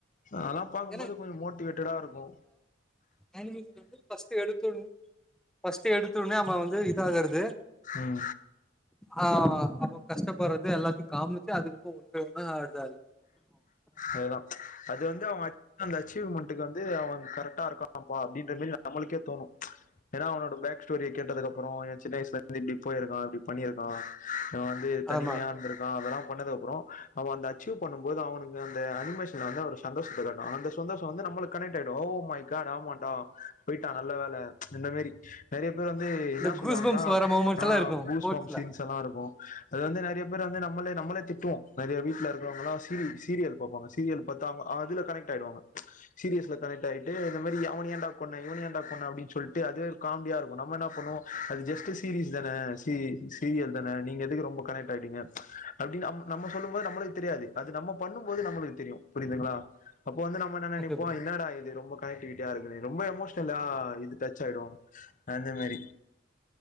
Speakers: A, on the left; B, in the centre.
A: அதெல்லா பாக்கும்போது
B: ஏன்னா
A: கொஞ்ச மோட்டிவேட்டடா இருக்கு
B: எனக்கு தெரிஞ்சு ஃபஸ்ட்டு எடுத்தோன்யு ஃபஸ்ட்டு எடுத்தோன அவ வந் து இதாகறது
A: ம்
B: ஆ அவ்ங்க கஷ்டப்பட்றது எல்லாத்தையு காமிச்சு டே அதுக்கப்றோ ஒன்றோன்னா அது அது
A: அதேதா அது வந்து <inaudible> அச்சீவ்மென் மென்டுக்கு வந்து அவே கரெக்டா இருக்காபா அப்டின்ற மாரி நம்மளுக்கே தோணு ஏன்னா அவனோட பேக் ஸ்டோரிய கேட்டதுக்கு அப்புறோ எயா சின்ன வயசுல இருந் இப்டி போயிருக்கா இப்டி பண்ணியிருக்கா இவே வந்து தனிமையா
B: ஆமா
A: இருந்திருக்கா அதெல்லாம் பண்ணதுக்கு அப்புறோ நம்ம அந்த அச்சீவ் பண்ணும் போது அவுனுங்க அந்த அனிமேஷன் வந்தா ஒரு சந்தோஷத்த அந்த சந்தோஷோ வந்து நம்மளுக்கு கனெக்ட் ஆகிடு ஓ மை காட் ஆமா டோ போயிட்ட நல்ல வேல இந்த மாரி நெறைய பேர் வந்து என்ன
B: இந்த
A: சொல்லுவாங்கன்னா
B: கூஸ் பம்ப்ஸ் வர மூமெண்ட்ஸ்
A: ஆ
B: எல்லா இருக்கு
A: பூஸ்பம்ஸ்
B: ஸ்போர்ட்ஸ்ல
A: சீன்ஸ் எல்லா இருக்கு அது வந்து நறைய பேர் வந்து நம்மளே நம்மளே திட்டுவோ நறைய வீட்டுல இருக்கவங்கல்லா சீரி சீரியல் பாப்பாங்க சீரியல் பத்தா அவுங் அதுல கனெக்ட்டாயிடுவங்க சீரியஸ்ல கனெக்ட் கனெக்ட்டாயிட்டு இந்த மாரி அவனா என்டா கொன்ன இவன என்டா கொன்ன அப்டின் சொல்டு அது காம்டியா இருக்கு நம்ம என்ன பண்ணுவோ அது ஜெஸ்ட் டு சீரீஸ் தானே சீரி சீரியல் தானே நீங்க எதுக்கு ரொம்ப கனெக்ட் ஆயிட்றிங்க அப்டின் நம்ம நம்ம சொல்லும் போது நம்ளுக்கு தெரியாது அது நம்ம பண்ணும் போது நம்மளுக்கு தெரியு புரிதுங்களா அப்போ வந்து நம்ம என்ன நெனைப்போ
B: ஓகே ப்ரோ
A: என்னடா இது ரொம்ப கனெக்டிவிட்டியா இருக்கு ரொம்ப எமோஷன்லா இது டச் ஆயிடு அந்த மாரி